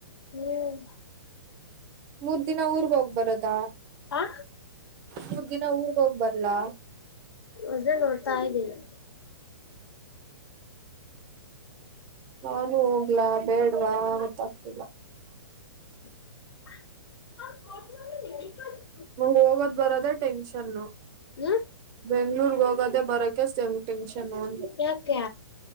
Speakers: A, on the left; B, on the right.
A: ಹ್ಮ್
B: ಮೂರ್ ದಿನ ಊರ್ಗ್ ಹೋಗ್ ಬರದಾ
A: ಆ
B: ಮೂರ್ ದಿನ ಊರ್ಗ್ ಹೋಗ್ ಬರ್ಲಾ
A: ಅದೇ ನೋಡ್ತಾ ಇದ್ದೀನಿ
B: ನಾನು ಹೋಗ್ಲಾ ಬೇಡ್ವಾ ಗೊತ್ತಾಗ್ತಿಲ್ಲ
A: <unintelligible>
B: ನನಗ ಹೋಗೋದ್ ಬರೋದೆ ಟೆನ್ಷನ್ನು
A: ಹ್ಮ್
B: ಬೆಂಗ್ಳೂರ್ಗೆ ಹೋಗದೆೇ ಬರಕೆ ಸೆಮ್ ಟೆಂಕ್ಷನ್ ಅಂದೆ
A: ಯಾಕೆ